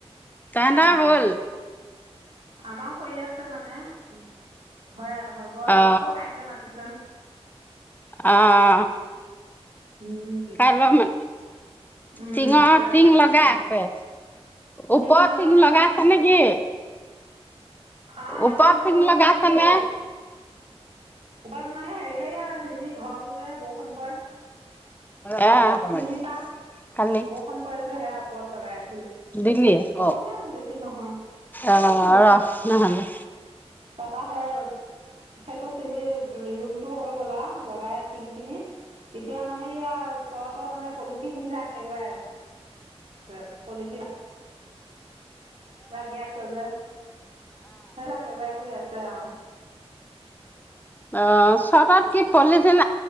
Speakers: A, on the left; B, on the right.
A: তহঁতৰ
B: অ
A: হ'ল
B: আমাৰও কৰি আছে মানে, উ হয় হ'ব আকৌ
A: অ
B: কাইলৈ মাতি চাম।
A: আহ।
B: উম
A: কাইলৈ মানে
B: উম
A: টিঙৰ
B: কাইলৈ আকৌ
A: টিং
B: আহিব
A: লগাই
B: দিছে
A: আছে। ওপৰত
B: টিং লগোৱা
A: তিন
B: মানুহে
A: লগা আছে নেকি?
B: অঁ
A: উপৰত
B: টিং লগোৱা
A: তিং
B: মানুহখিনি
A: লগাই আছে
B: গ'ল
A: নে?
B: ওপৰত মানে হেৰি হে ঘৰটো যে বৰষুণ পৰে।
A: আহ, কমাই
B: চিৰিপা
A: দি কালি,
B: বৰষুণ পৰে যে সেয়া ওপৰত লগাই আছিলো
A: দিলি
B: অকমান
A: অ <unintelligible>
B: বেছি নহয়
A: আহ ৰাখ নহলে।
B: তাৰপৰা সে সেইটো চিজিল, ৰুমটো হৈ গ'ল আৰু লগাই টিং খিনি। এতিয়া মানে কি আও, ওচৰৰ পৰা মানে পলিথিন বিলাক এৱাই আছে, পলিথিন বিলাক লাগি আছ যে, সেই বিলাক এৰুৱাই কৰি আছে আও।
A: অ চতাত কি পলিথিন